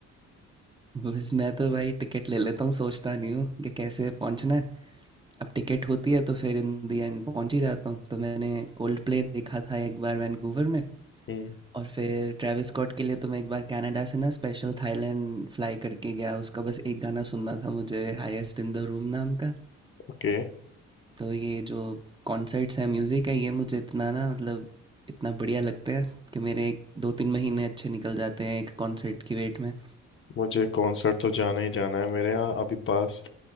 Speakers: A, on the right (about 15°); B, on the left (about 40°).
A: बस मैं तो भाई टिकट ले लेता हूँ सोचता नहीं हूँ कि कैसे पहुँचना है अब टिकट होती है तो फिर इन दी एंड पहुँच ही जाता हूँ तो मैंने कोल्ड प्ले देखा था एक बार वैंकूवर में
B: हम्म
A: और फिर ट्रेविस स्कॉट के लिए तो मैं एक बार कनाडा से ना स्पेशल थाईलैंड फ्लाई करके गया उसका बस एक गाना सुनना था मुझे हाईएस्ट इन द रूम नाम का
B: ओके
A: तो ये जो कॉन्सर्ट्स हैं म्यूज़िक है ये मुझे इतना ना मतलब इतना बढ़िया लगता है कि मेरे एक दो तीन महीने अच्छे निकल जाते हैं एक कॉन्सर्ट की वेट में
B: मुझे कॉन्सर्ट तो जाना ही जाना है मेरे यहाँ अभी पास